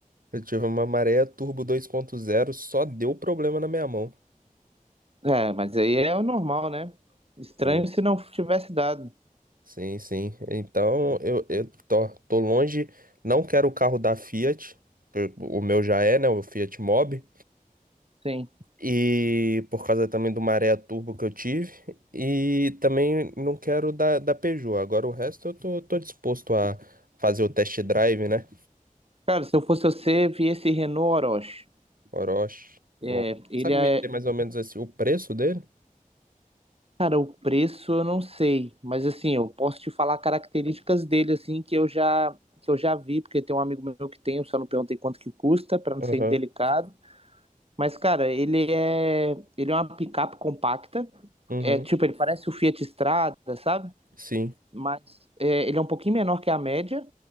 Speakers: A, on the right; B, on the right.
A: Eu tive uma maré turbo dois ponto zero, só deu problema na minha mão.
B: É, mas aí é o normal, né? Estranho
A: Foi.
B: se não tivesse dado.
A: Sim, sim. Então, eu, eu tô, tô longe, não quero o carro da Fiat. eu- O meu já é, né? O Fiat Mobi.
B: Sim.
A: E por causa também do maré turbo que eu tive. E também não quero da, da Peugeot. Agora o resto eu tô, tô disposto a fazer o test drive, né?
B: Cara, se eu fosse você, vi esse Renault Orochi.
A: Orochi. Bom,
B: É, ele
A: sabe
B: é.
A: me dizer mais ou menos assim o preço dele?
B: Cara, o preço eu não sei, mas assim, eu posso te falar características dele, assim, que eu já, que eu já vi, porque tem um amigo meu que tem, eu só não perguntei quanto que custa, pra não
A: Aham.
B: ser indelicado. Mas, cara, ele é. Ele é uma picape compacta.
A: Uhum,
B: É tipo, ele parece o Fiat Strada, sabe?
A: sim.
B: Mas é, ele é um pouquinho menor que a média,